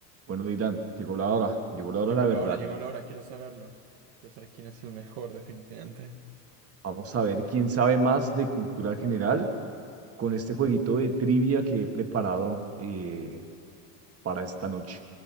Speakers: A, on the right; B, on the right.
A: Bueno, Dylan, llegó la hora, llegó la hora
B: Llegó
A: de la verdad.
B: la hora, llegó
A: Vamos,
B: la hora, quiero saberlo. Quiero saber quién es el mejor, definitivamente.
A: vamos a ver quién sabe más de cultura general con este jueguito de trivia que he preparado eh, para esta noche.